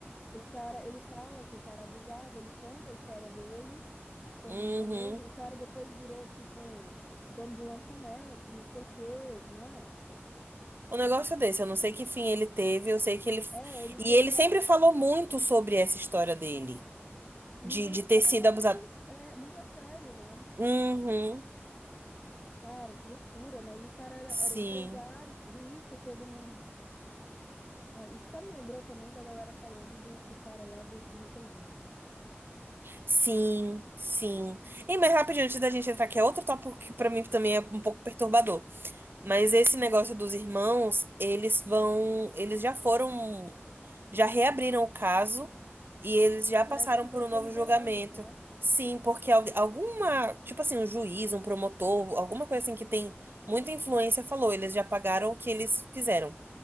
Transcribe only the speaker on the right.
Uhum.
Um negócio desse, eu não sei que fim ele teve, eu sei que ele
e ele
sempre falou muito sobre essa história dele,
de,
de
ter
sido abusado.
Uhum.
Sim,
sim, sim. E mais rapidinho, antes da gente entrar, que é outro tópico que pra mim também é um pouco perturbador. Mas esse negócio dos irmãos, eles vão, eles já foram, já reabriram o caso e eles já
passaram
por um
novo
julgamento.
Sim, porque al- alguma, tipo assim, um juiz, um promotor, alguma coisa assim que tem muita influência falou, eles já pagaram o que eles fizeram.